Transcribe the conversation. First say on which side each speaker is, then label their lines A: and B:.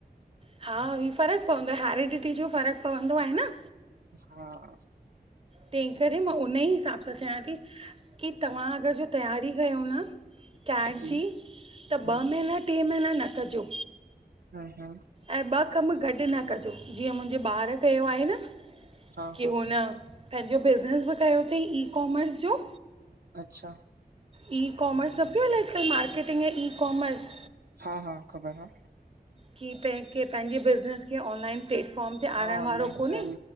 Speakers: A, on the right (about 35°); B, on the right (about 70°).
A: हा ही फ़र्क़ु पवंदो आहे, हैरिडिटी जो फ़र्क़ु पवंदो आहे न।
B: हा
A: तंहिं करे मां हुन ई हिसाब सां चंयां थी, कि तव्हां अगरि जो तैयारी कयो न कैट
B: जी
A: ज़ी, त
B: हूं
A: ॿ महीना, टे महीना न कजो।
B: हा
A: ऐं ॿ कम गॾु न कजो, जीअं मुंहिंजे ॿार कयो आहे न
B: हा
A: कि
B: हा
A: हुन पंहिंजो बिज़नेस बि कयो थईं, ई कॉमर्स जो।
B: अच्छा।
A: ई-काॅमर्स न पियो हले अॼकल मार्केर्टिंग ऐं ई- काॅमर्स!
B: हा हा ख़बर आ।
A: कि पंहिंजे बिज़नेस खे ऑनलाइन प्लेटफॉर्म ते
B: हा,
A: आणण
B: ऑनलाइन
A: वारो कोन्हे
B: सेल,